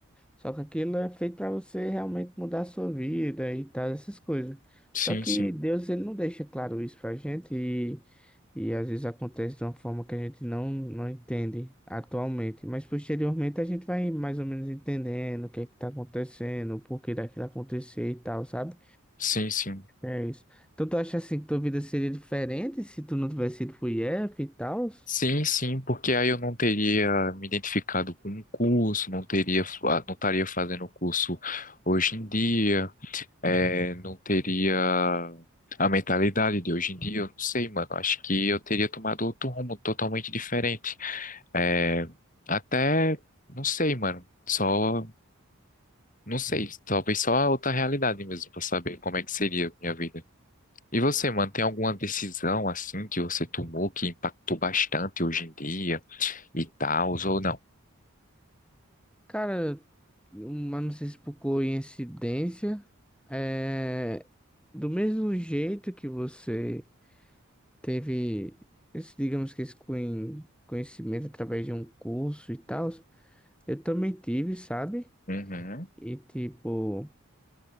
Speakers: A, in the centre; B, on the left (about 35°).
A: só que aquilo é feito para você realmente mudar a sua vida e tal, essas coisas.
B: Sim,
A: Só que
B: sim.
A: Deus, ele não deixa claro isso pra gente e, e às vezes acontece de uma forma que a gente não, não entende atualmente, mas posteriormente a gente vai mais ou menos entendendo o que é que tá acontecendo, o porquê daquilo acontecer e tal, sabe?
B: Sim, sim.
A: É isso. Então tu acha assim que tua vida seria diferente se tu não tivesse ido pro IF e tal?
B: Sim, sim, porque aí eu não teria me identificado com um curso, não teria, fa- não estaria fazendo o curso hoje em dia, é, não teria a mentalidade de hoje em dia, eu não sei, mano. Acho que eu teria tomado outro rumo totalmente diferente. É, até, não sei, mano. Só, não sei, talvez só a outra realidade mesmo, pra saber como é que seria a minha vida. E você, mano, tem alguma decisão assim que você tomou que impactou bastante hoje em dia? e tal, ou não.
A: Cara, mas não sei se por coincidência, é... do mesmo jeito que você teve esse, digamos que esse coin- conhecimento através de um curso e tal, eu também tive, sabe?
B: Uhum.
A: E tipo,